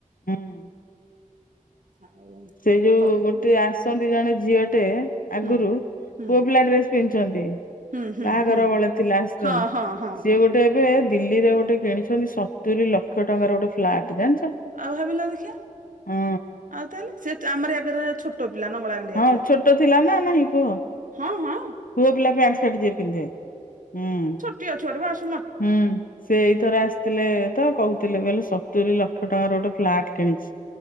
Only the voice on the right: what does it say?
ଆଉ
ହବ
ହୁଁ ହୁଁ
ହୁଁ ହୁଁ
ହୁଁ
ହଁ ହଁ ହଁ
ହଁ
ଆଉ ଭାବିଲ ଦେଖିିବା
ଆଉ ତାହେଲେ ସେ ଆମର ଆଗରେ ଛୋଟ। ପିଲା ନ ଅଳା କାଣ୍ଡି
ଆଖେ
ହଁ ହଁ।
ଅଛ <unintelligible>